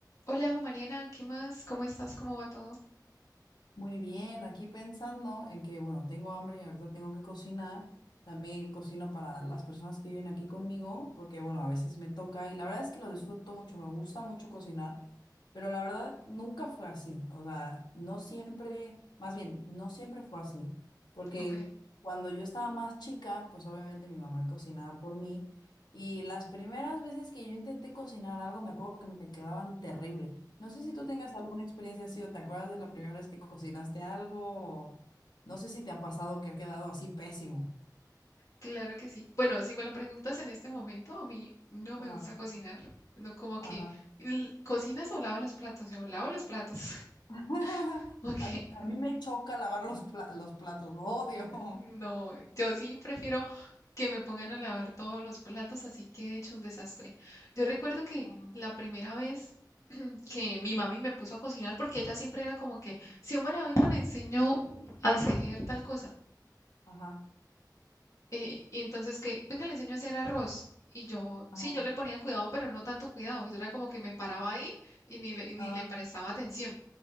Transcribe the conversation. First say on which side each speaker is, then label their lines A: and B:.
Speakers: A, on the left; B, on the left.
A: Hola Mariana, ¿qué más? ¿Cómo estás? ¿Cómo va todo?
B: Muy bien, aquí pensando en que, bueno, tengo hambre y ahorita tengo que cocinar. También cocino para las personas que viven aquí conmigo, porque, bueno, a veces me toca y la verdad es que lo disfruto mucho, me gusta mucho cocinar, pero la verdad nunca fue así. O sea, no siempre, más bien, no siempre fue así, porque
A: Ok,
B: cuando yo estaba más chica, pues obviamente mi mamá cocinaba por mí y las primeras veces que yo intenté cocinar algo, me acuerdo que me quedaban terribles. No sé si tú tengas alguna experiencia así o te acuerdas de la primera vez que cocinaste algo o no sé si te ha pasado que ha quedado así pésimo.
A: claro que sí. Bueno, si me lo preguntas en este momento, a mí no
B: Ajá,
A: me gusta cocinar. No, como
B: ajá.
A: que l- ¿cocinas o lavas los platos? Yo lavo los platos. <laughs>
B: <laughs>
A: Ok,
B: A, a mí me choca lavar los, pla- los platos, lo odio.
A: no, yo sí prefiero que me pongan a lavar todos los platos, así que he hecho un desastre. Yo recuerdo que
B: <laughs>
A: la primera vez <clears throat> que mi mami me puso a cocinar, porque ella siempre era como que, Xiomara, venga, le enseño a hacer tal cosa.
B: Ajá, ajá,
A: Eh, y entonces que, venga, le enseño a hacer arroz. Y yo,
B: ajá,
A: sí, yo le ponía cuidado, pero no tanto cuidado, que yo era como que me paraba ahí y ni le, ni
B: ajá,
A: le prestaba atención.